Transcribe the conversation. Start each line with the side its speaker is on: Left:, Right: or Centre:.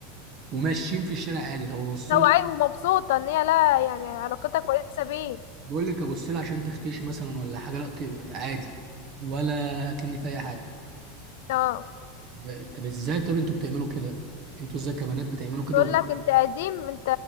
Right: وماشيين في الشارع عادي طب ابص
Left: لو
Right: لها
Left: عاي ومبسوطة ان هي لا يعني علاقتها كويسة بيه
Right: بقول لك ابص لها عشان تختشي مثلا ولا حاجه لا طيب، عادي ولا كأني في اي حاجه
Left: اه
Right: ده- طب ازاي طب انتوا بتعملوا كده انتوا ازاي كبنات بتعملوا كده
Left: تقول
Right: وب-
Left: لك انت قديم انت